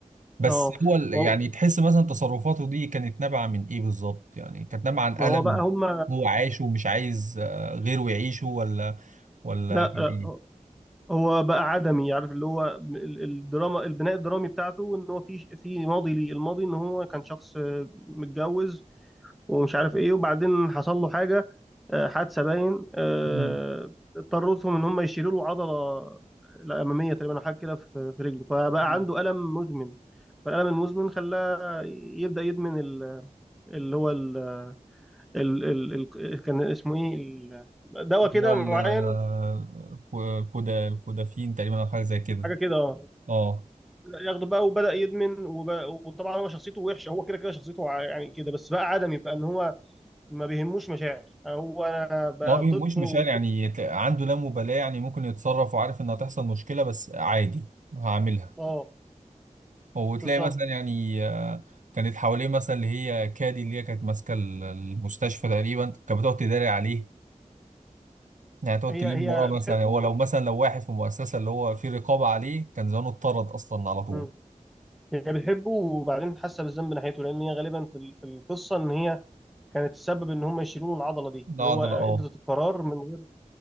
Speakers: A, on the right; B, in the centre.
A: بس
B: اه
A: هو ال- يعني
B: هو-
A: تحس مثلا تصرفاته دي كانت نابعة من ايه بالظبط يعني كانت نابعة عن
B: ما هو
A: ألم
B: بقى هم
A: هو عايشه ومش عايز آه، غيره يعيشه ولا ولا
B: لا
A: كان
B: لا،
A: ايه
B: هو بقى عدمي عارف اللي هو ال- الدراما البناء الدرامي بتاعته ان هو في في ماضي ليه الماضي ان هو كان شخص آه، متجوز ومش عارف ايه وبعدين حصل له حاجه آه، حادثه باين آه،
A: مم.
B: اضطرتهم ان هم يشيلوا له عضله الاماميه تقريبا او حاجه كده في في رجله فبقى
A: مم.
B: عنده الم مزمن فالالم المزمن خلاه يبدا يدمن ال- اللي هو ال ال ال ال كان اسمه ايه ال- دواء
A: اللي
B: كده
A: هو ال-
B: معين
A: آه، كو- الكودا الكودافين تقريبا او حاجة زي كده
B: حاجه كده اه
A: اه
B: ياخده بقى وبدا يدمن وبقى وطبعا هو شخصيته وحشه هو كده كده شخصيته ع- يعني كده بس بقى عدمي بقى ان هو ما بيهموش مشاعر هو انا بقى
A: ما هو مش
B: طب
A: مشاعر
B: والطب
A: يعني يت- عنده لا مبالاة يعني ممكن يتصرف وعارف ان هتحصل مشكلة بس عادي هعملها
B: اه
A: وتلاقي
B: بالظبط
A: مثلا يعني آه، كانت حواليه مثلا اللي هي كادي اللي هي كانت ماسكه ال- المستشفى تقريبا كانت بتقعد تداري عليه يعني تقعد
B: هي
A: تلم وراه
B: هي
A: مثلا
B: بتحبه
A: هو لو مثلا لو واحد في مؤسسه اللي هو في رقابه عليه كان زمانه اتطرد اصلا على طول
B: مم. هي بتحبه وبعدين حاسه بالذنب ناحيته لان هي غالبا في ال- في القصه ان هي كانت تسبب ان هم يشيلوا له العضله دي
A: لا
B: ان
A: عضله
B: هو ادت
A: اه
B: القرار من